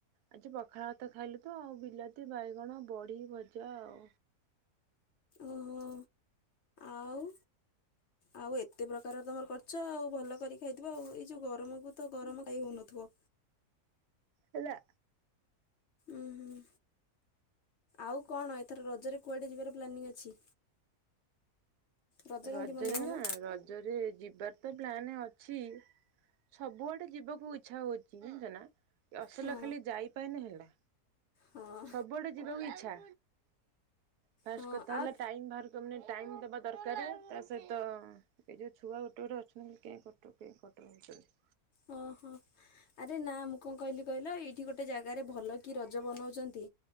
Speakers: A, on the right (about 80°); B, on the left (about 65°).
A: ଆଜି ପଖାଳ ଭାତ ଖାଇଲୁ ତ ଆଉ ବିଲାତି, ବାଇଗଣ, ବଡି ଭଜା ଆଉ।
B: ଓହୋ ଆଉ। ଆଉ ଏତେ ପ୍ରକାର ତମର କରିଛ ଆଉ ଭଲ କରି ଖାଇଥିବ ଆଉ ଏଇ ଯୋଉ ଗରମକୁ। ତ ଗରମ ଖାଇ ହଉନଥିବ।
A: ହେଲା।
B: ଉଁ ହୁଁ। ଆଉ କଣ ଏଥର ରଜରେ କୁଆଡେ ଯିବାର ପ୍ଲାନିଂ ଅଛି? ରଜ କେମିତି
A: ରଜରେ
B: ମନେଇବ
A: ନା
B: ମ?
A: ରଜରେ ଯିବାର ତ ପ୍ଲାନେ ଅଛି। ସବୁଆଡେ ଯିବାକୁ ଇଚ୍ଛା ହଉଛି ଜାଣିଚ ନା ଏ ଅସଲ
B: ହଁ
A: ଖାଲି ଯାଇ ପାଇନେ ହେଲା।
B: ହଁ
A: ସବୁଆଡେ ଯିବାକୁ ଇଚ୍ଛା ଫାର୍ଷ୍ଟ
B: ହଁ
A: କଥା
B: ଆଉ
A: ହେଲା ଟାଇମ୍ ବାହାର। ଛୁଆ ମାନେ ଟାଇମ ଦେବା ଦ ଦରକାରେ ତା ସହିତ ଏ ଯୋଉ ଛୁଆ ଗୋଟେ ଗୋଟେ ଅଛନ୍ତି କେଁ କଟର କେଁ କଟର ହଉଛନ୍ତି।
B: ଅ ହ। ଆରେ ନା ମୁଁ କଣ କହିଲି କହିଲ ଏଇଠି ଗୋଟେ ଜାଗାରେ ଭଲ କି ରଜ ମନଉଛନ୍ତି।